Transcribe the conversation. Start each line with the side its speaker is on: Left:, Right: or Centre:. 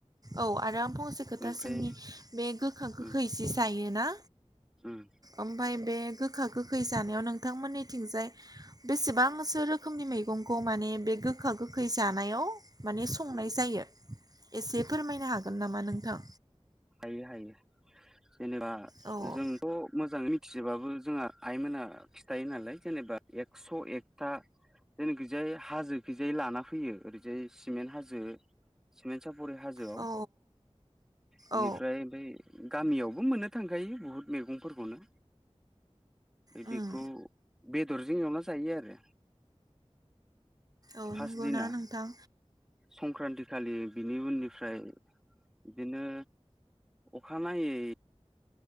Right: औ आरो फंसे खोथा
Centre: ओमफ्राय
Right: सोंनि बे गोखा-गोखै
Centre: उम
Right: जि जायोना
Centre: उम
Right: आमबाय बे गोखा-गोखै जानायाव नोंथांमोननिथिंजाय बेसेबांसो रोखोमनि मैगंखौ माने बे गोखा-गोखै जानायाव माने संनाय
Centre: उम
Right: जायो एसे फोरमायनो हागोन नामा नोंथां।
Centre: हायो हायो जेनेबा
Right: औ
Centre: जोंथ' मोजाङै मिथिजोबाबो जोंहा आइमोना खिथायो नालाय जेनेबा एकस' एकथा जोंनि गोजाय हाजो गोजाय लाना फैयो ओरैजाय सिमेन्ट हाजो सिमन्ट सा सापुरि हाजोआव
Right: औ
Centre: बेनिफ्राय
Right: औ
Centre: बे गामियावबो मोननो थांखायो बुहुत मैगंफोरखौनो।
Right: उम
Centre: बेखौ बेदरजों एवना जायो आरो
Right: औ
Centre: फार्स्ट
Right: नंगौना
Centre: दिना
Right: नोंथां
Centre: संक्रान्ति खालि बिनि उननिफ्राय बिदिनो अखानायै